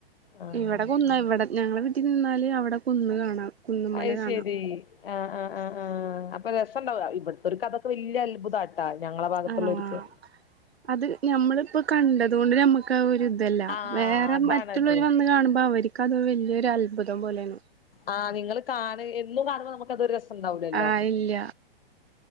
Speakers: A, on the left (about 65°); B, on the right (about 85°).
A: ആഹ്
B: ഇവിടെ കുന്ന ഞങ്ങളുടെ വീട്ടിൽ നിന്നാൽ അവിടെ കുന്ന് കാണാം കുന്നുമല
A: അ
B: കാണാം
A: ശരി ആഹ ആഹ ആഹ അപ്പൊ രസംണ്ടാവും ഇവിടത്തോൽക്ക് അതൊക്കെ വല്യ അത്ഭുത ഞങ്ങളുടെ ഭാഗത്തുള്ള
B: ആഹ്
A: ഓര്ക്ക്
B: അത് ഞമ്മളി ഇപ്പോ കണ്ടതുകൊണ്ട് നമുക്ക് ആ ഒരു
A: ആഹ്
B: വേറെ
A: അതാണത്
B: മറ്റുള്ളവർ വന്ന് കാണുമ്പോ അവർക്ക് അത് വലിയൊരു അത്ഭുതം പോലെയാണ്
A: ആഹാ നിങ്ങള് കാണ് എന്നും കാണുമ്പോ നമുക്ക് അതരു രസംഉണ്ടാവൂലല്ലോ
B: ആഹ് ഇല്ല